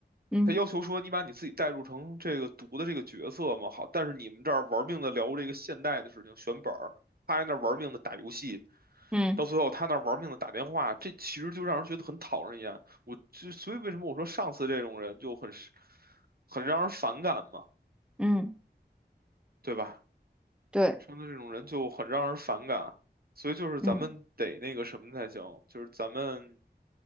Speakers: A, in the centre; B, on the right.
A: 嗯
B: 他要求说，你把你自己代入成这个读的这个角色嘛，好，但是你们这儿玩命的聊这个现代的事情，选本儿，他在那儿玩命的打游戏，
A: 嗯
B: 到最后他那儿玩命的打电话，这其实就让人觉得很讨人厌。我就所以为什么我说上次这种人就很是很让人反感嘛，
A: 嗯，
B: 对吧？
A: 对，
B: 生的这种人就很让人反感，所以就是咱们得那个什么才行，
A: 嗯。
B: 就是咱们